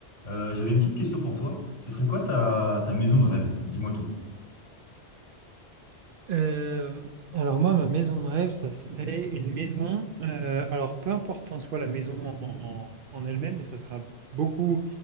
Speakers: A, on the left; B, on the right.
A: Euh, j'avais une petite question pour toi. Ce serait quoi ta, ta maison de rêve? Dis-moi tout.
B: Euh, alors moi, ma maison de rêve, ça serait une maison. euh, alors peu importe en soi la maison en, en- en elle-même, mais ça sera beaucoup.